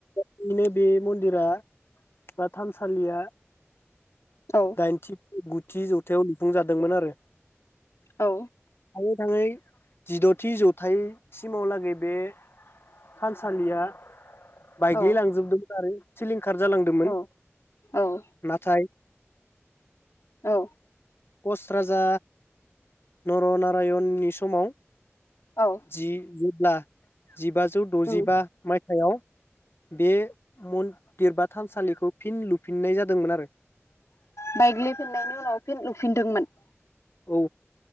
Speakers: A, on the left; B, on the left.
A: बिनो बे मन्दिरा बा थानसालिया
B: औ
A: दाइनथि गुथि जौथायाव फुं जादोंमोन आरो
B: औ
A: गोथाङै जिदथि जौथायसिमाव लागै बे थानसालिया बाइग्लि
B: औ
A: लांजोबदोंमोन आरो सिलिं खार जालांदोंमोन
B: औ औ
A: नाथाय
B: औ
A: कच राजा नरनारायणनि समाव
B: औ
A: जिगु ना जिबाजौ दजिबा
B: उम
A: माइ थाइयाव बे मन्दिर बा थानसालिखौ फिन लुफिन्नाय जादोंमोन आरो
B: बायग्लिफिननायनि उनाव फिन लुफिनदोंमोन
A: औ